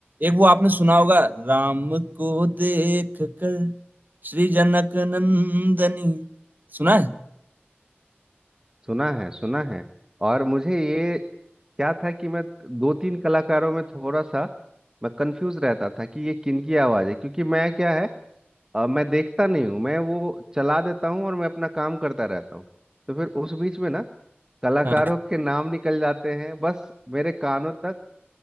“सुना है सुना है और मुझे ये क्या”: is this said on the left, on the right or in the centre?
Right